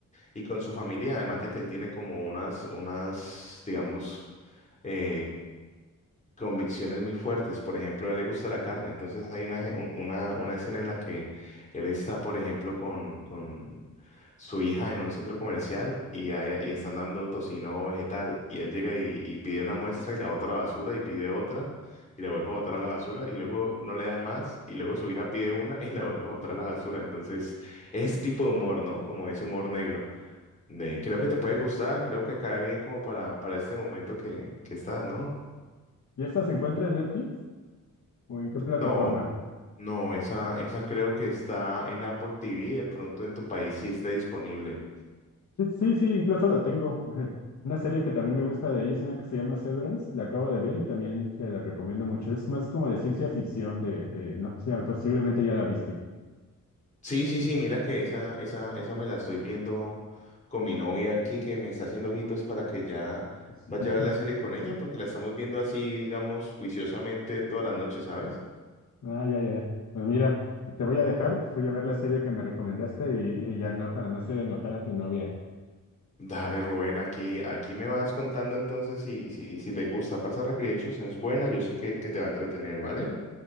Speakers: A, on the left; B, on the left.
A: y con su familia, además de que él tiene como unas, unas, digamos, eh, convicciones muy fuertes. Por ejemplo, a él le gusta la carne. Entonces hay una, je- un- una, una escena en la que él está, por ejemplo, con, con su hija en un centro comercial y, hay- y están dando tocino vegetal. Y él llega y, y pide una muestra y la bota a la basura y pide otra y la vuelve a botar a la basura y luego no le dan más y luego su hija pide una <laughs> y la vuelve a botar a la basura. Entonces es tipo de humor, ¿no? Como ese humor negro. Eh, creo que te puede gustar, creo que cae bien como para, para este momento que, que estás, ¿no?
B: ¿Y esa se encuentra en Netflix o en qué plataforma?
A: No, no, esa, esa creo que está en Apple TV, de pronto en tu país sí esté disponible.
B: Sí, sí, sí, incluso la tengo. Ajá. Una serie que también me gusta de ahí es una que se llama Severance. La acabo de ver y también te la recomiendo mucho. Es más como de ciencia ficción, de, de no sé, posiblemente ya la viste.
A: Sí, sí, sí, mira que esa, esa, esa me la estoy viendo con mi novia aquí que me está haciendo ojitos para que ya
B: Sí.
A: vaya
B: <laughs>
A: a ver la serie con ella, porque la estamos viendo así, digamos, juiciosamente todas las noches, ¿sabes?
B: Ah, ya, ya, ya. Pues mira, te voy a dejar, voy a ver la serie que me recomendaste y, y ya no, para no hacer enojar a tu novia.
A: Dale, Rubén, aquí, aquí me vas contando entonces si, si, si te gusta. Parsa Recreations es buena, yo sé que, que te va a entretener, ¿vale?